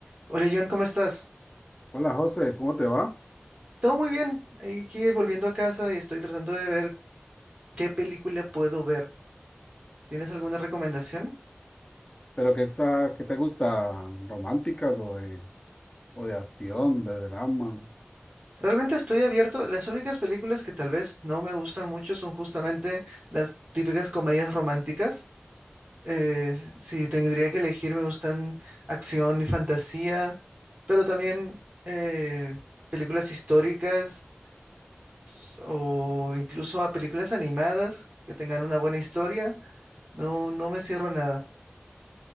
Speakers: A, on the right (about 35°); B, on the left (about 20°).
A: Hola John, ¿cómo estás?
B: Hola José, ¿cómo te va?
A: Todo muy bien. Aquí volviendo a casa y estoy tratando de ver qué película puedo ver. ¿Tienes alguna recomendación?
B: ¿Pero qué, está- qué te gusta? ¿Románticas o de, o de acción, de drama?
A: Realmente estoy abierto. Las únicas películas que tal vez no me gustan mucho son justamente las típicas comedias románticas. Eh, si tendría que elegir, me gustan acción y fantasía, pero también eh, películas históricas s- o incluso a películas animadas que tengan una buena historia. No, no me cierro a nada.